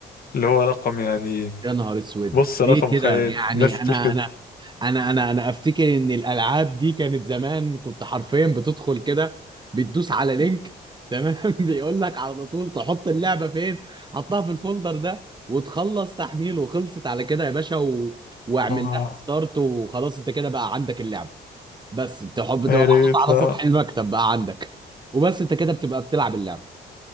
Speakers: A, on the left; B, on the right.
A: اللي هو رقم يعني
B: يا نهار اسود
A: بص
B: ليه
A: رقم
B: كده
A: خيالي
B: يعني
A: الناس بتقول
B: انا
A: كده
B: انا انا انا انا افتكر ان الالعاب دي كانت زمان كنت حرفيا بتدخل كده بتدوس على لينك تمام <laughs> بيقول لك على طول تحط اللعبه فين حطها في الفولدر ده وتخلص تحميل وخلصت على كده يا باشا و... واعمل
A: آه،
B: لها ستارت وخلاص انت كده بقى عندك اللعبه بس بتحب تبقى
A: يا ريت
B: محطوطة على
A: لا
B: سطح المكتب بقى عندك وبس انت كده بتبقى بتلعب اللعبه